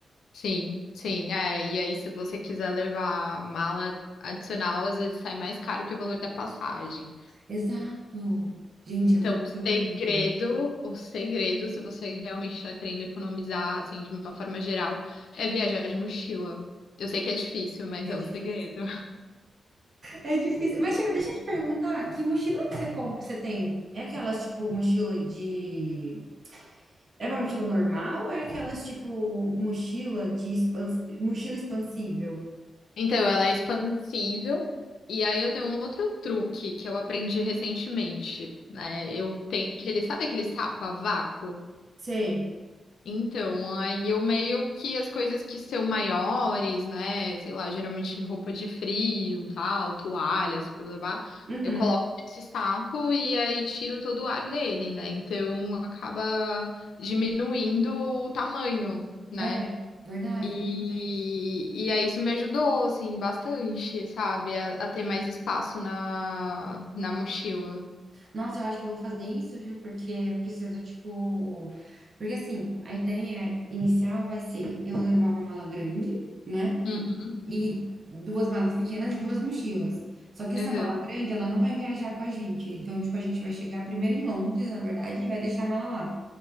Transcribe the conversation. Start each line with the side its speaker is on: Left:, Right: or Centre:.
Left: sim, sim. É, e aí, se você quiser levar mala adicional, às vezes sai mais caro que o valor da passagem.
Right: Exato. Gente,
Left: Então,
Right: é muito
Left: o segredo,
Right: loucura.
Left: o segredo, se você realmente está querendo economizar, assim, de uma forma geral, é viajar de mochila. Eu sei que é difícil, mas
Right: É
Left: é
Right: difícil.
Left: o segredo.
Right: É difícil. Mas, tipo, deixa eu te perguntar, que mochila que você compra, que você tem? É aquelas, tipo, mochila de... É uma mochila normal ou é aquelas, tipo, mochila de expans... mochila expansível?
Left: Então, ela é expansível. E aí eu tenho um outro truque que eu aprendi recentemente, né? Eu tenho aquele, sabe aquele saco a vácuo?
Right: Sei.
Left: Então, aí eu meio que as coisas que são maiores, né? Sei lá, geralmente roupa de frio, tal, toalhas para levar,
Right: Uhum.
Left: eu coloco nesse saco e aí tiro todo o ar dele, né? Então acaba diminuindo o tamanho, né?
Right: É, verdade,
Left: E,
Right: eu tenho que fazer isso.
Left: e aí isso me ajudou, assim, bastante, sabe? A, a ter mais espaço na, na mochila.
Right: Nossa, eu acho que eu vou fazer isso, viu? Porque eu preciso, tipo. Porque assim, a ideia inicial vai ser eu levar uma mala grande, né?
Left: Uhum,
Right: E duas malas pequenas e duas mochilas. Só que
Left: uhum,
Right: essa mala grande, ela não vai viajar com a gente. Então, tipo, a gente vai chegar primeiro em Londres, na verdade, e vai deixar a mala lá.